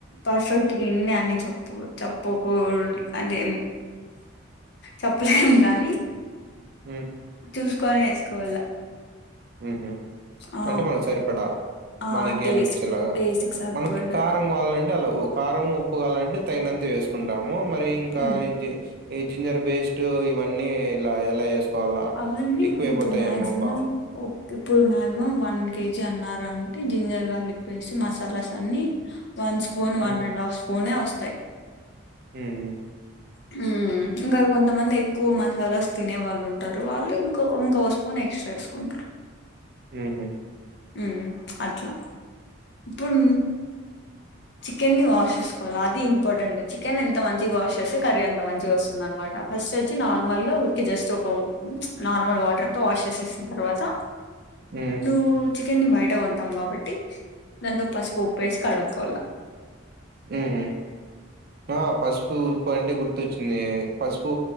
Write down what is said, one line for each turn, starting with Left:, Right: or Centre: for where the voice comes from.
Left: పర్ఫెక్ట్ ఇన్నే అని చెప్ప చెప్పుకూదు అంటే చెప్పలేం కానీ
Right: ఉ
Left: చూసుకొని వేసుకోవాల
Right: ఉహు
Left: ఆ
Right: అంటే మనం సరిపడా
Left: ఆ
Right: మనకి
Left: టేస్ట్
Right: అనిపించేలాగా
Left: టేస్ట్ కి సరిపోయేటట్టు
Right: మనకి కారం కావాలంటే కారం ఉప్పుగాల్లాంటే తగినంత వేసుకుంటాము. ఏమో మరి ఇంకా
Left: ఉమ్
Right: అయితే ఈ జింజర్ పేస్ట్ ఇవన్నీ ఇలా ఎలా చేసుకోవాలా
Left: అవన్నీ
Right: ఎక్కువ అయిపోతాయేమో
Left: ఇప్పుడు మాక్సిమం
Right: అబ్బా
Left: ఇప్పుడు మాక్సిమం వన్ కేజీ అన్నారు అంటే జింజర్ గార్లిక్ పేస్ట్ మసాలాస్ అన్ని one spoon
Right: um,
Left: one and half పోనే వస్తయి
Right: ఉమ్,
Left: హ్మ్ ఇంకా కొంతమంది ఎక్కువ మసాలాస్ తినే వాళ్ళు ఉంటారు వాళ్ళు ఇంకో ఇంకో స్పూన్ ఎక్స్ట్రా వేసుకుంటారు
Right: ఊహు
Left: హ్మ్ అట్లా ఇప్పుడు చికెన్ని ని వాష్ చేసుకోవాలి అది ఇంపార్టెంట్ చికెన్ ఎంత మంచిగా వాష్ చేస్తే కర్రీ ఎంత మంచిగా వస్తుంద అనమాట ఫస్ట్ వచ్చి నార్మల్గా ఊరికి జస్ట్ ఒక నార్మల్ వాటర్ తో వాష్ చేసేసిన తర్వాత
Right: ఉమ్,
Left: నువ్వు చికెన్ని బయట కొంటాం కాబట్టి దాంట్లో పస్సుకు విప్పేసి కడుగ్ కోళ్ల
Right: ఊహు ఆ పసుపు పప్పు అంటే గుర్తొచ్చింది పసుపు